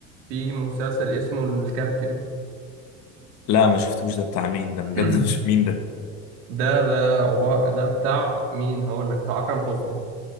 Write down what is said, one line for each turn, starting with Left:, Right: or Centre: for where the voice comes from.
Right: في مسلسل اسمه الكابتن
Left: لا ما شفتوش ده بتاع مين ده بجد
Right: <clears throat>
Left: <laughs> مش مين ده
Right: ده ده عبارة ده بتاع مين هقول لك بتاع أكرم حسني